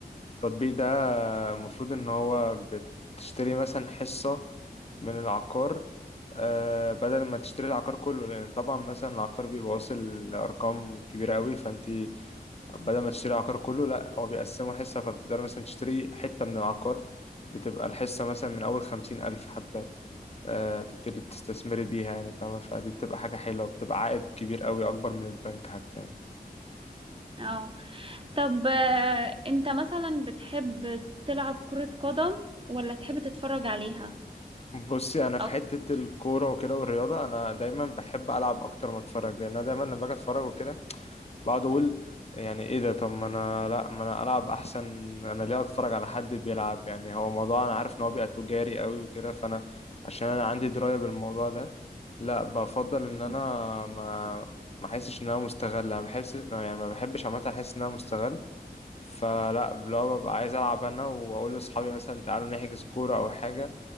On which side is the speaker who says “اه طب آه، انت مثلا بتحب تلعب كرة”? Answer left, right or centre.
Right